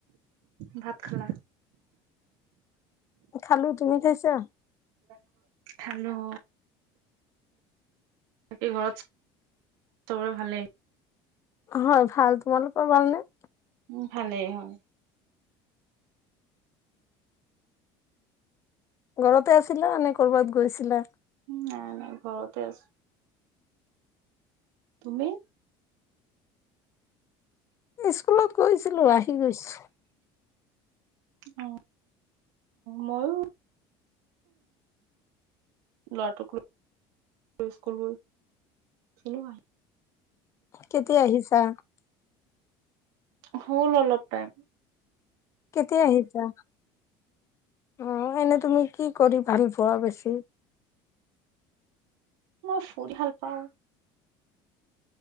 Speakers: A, on the right (about 85°); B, on the left (about 30°).
A: ভাত খালা?
B: খালো, তুমি খাইছা?
A: <inaudible> হেল্লো'? বাকি ঘৰত চবৰে ভাল নে?
B: হয় ভাল, তোমালোক পৰবাৰ নে?
A: উ ভালেই হয়
B: ঘৰতে আছিলা নে কৰ'বাত গৈছিলা
A: নাই নাই ঘৰতে আছো তুমি
B: স্কুলত গৈছিলো আহি গৈছো।
A: উ মইো লৰাটোক স্কুল গৈ চিলোহয়
B: কেতিয়া আহিছা।
A: হ'ল অলপ টাইম
B: কেতিয়া আহিছা আহ এনে তুমি কি কৰি ভাল পোৱা বেছি
A: মই ফুৰি ভাল পাওঁ